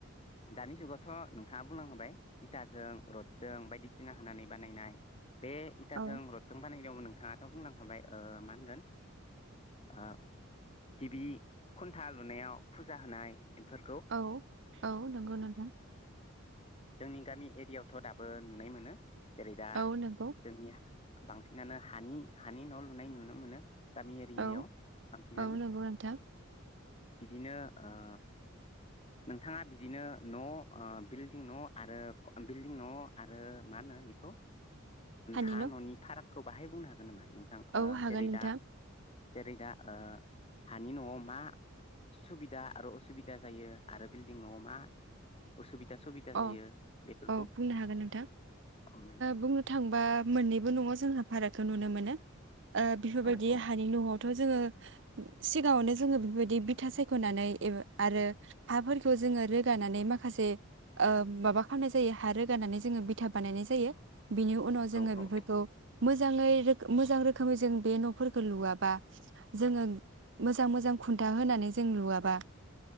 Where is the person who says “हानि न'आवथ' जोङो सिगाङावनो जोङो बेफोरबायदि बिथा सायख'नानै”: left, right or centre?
Right